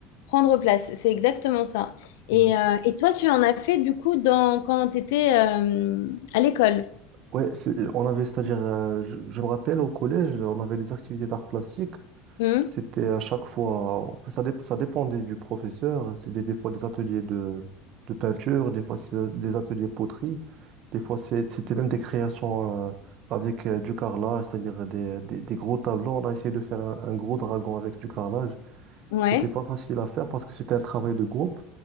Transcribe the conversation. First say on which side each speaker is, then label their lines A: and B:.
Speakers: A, on the left; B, on the right.
A: Prendre place, c'est exactement ça. Et,
B: Ouais,
A: euh, et toi, tu en as fait du coup dans, quand tu étais euh, à l'école.
B: ouais c'est- on avait, c'est-à-dire, euh, je, je me rappelle au collège, on avait des activités d'art plastique.
A: Hum,
B: C'était à chaque fois, enfin, ça, dép- ça dépendait du professeur. C'était des fois des ateliers de, de peinture, des fois c'est des ateliers poterie, des fois c'est- c'était même des créations euh, avec euh, du carrelage, c'est-à-dire des, des, des gros tableaux. On a essayé de faire un, un gros dragon avec du carrelage.
A: Ouais,
B: C'était pas facile à faire parce que c'était un travail de groupe